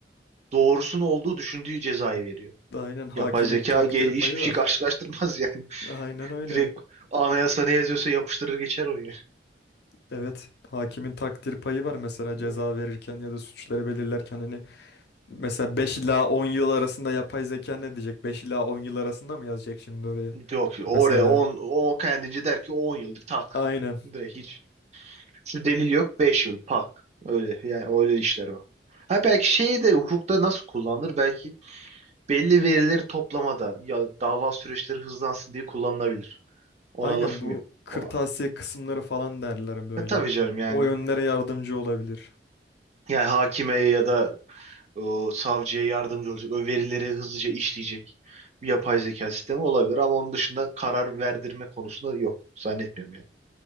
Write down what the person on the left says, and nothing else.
Aynen hakimin
takdir
payı
var.
Aynen
öyle.
Evet, hakimin takdir payı var mesela ceza
verirken ya da suçları belirlerken hani mesela 5 ila 10 yıl arasında yapay zeka ne diyecek? 5 ila 10 yıl arasında mı yazacak şimdi oraya?
Mesela.
Aynen.
Aynen
bu
kırtasiye
kısımları falan derler böyle.
O yönlere yardımcı olabilir.